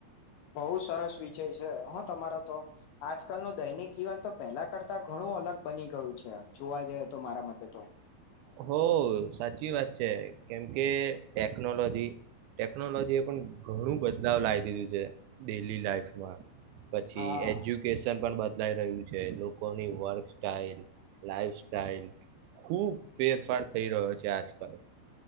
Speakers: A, on the left; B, on the right.
A: બહુ સરસ વી જય છે, હા તમારા તો આજકાલનું દૈનિક જીવન તો પહેલા કરતા ઘણું અલગ બની ગયું છે. જોવા જઈએ તો મારા મતે તો
B: હો સાચી વાત છે. કેમ કે કે ટેકનોલોજી ટેકનોલોજી એ પણ ઘણું બદલાવ લાવી દીધું છે. ડેલી લાઈફમાં પછી
A: હા
B: એજ્યુકેશન પણ બ દલાઈ રહ્યું છે. લોકોની વર્ક સાઈલ, લાઈફ સાઈલ, ખુબ ફેરફાર થઈ રહ્યો છે આજકાલ.